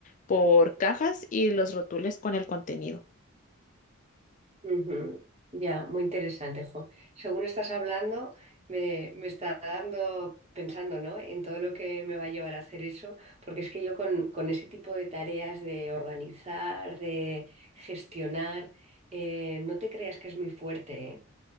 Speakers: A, on the left; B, on the right.
A: por cajas y los rotules con el contenido.
B: Ujú. Ya, muy interesante, jo. Según estás hablando, me, me está dando, pensando, ¿no? En todo lo que me va a llevar a hacer eso, porque es que yo con, con ese tipo de tareas de organizar, de gestionar, eh, no te creas que es muy fuerte, ¿eh?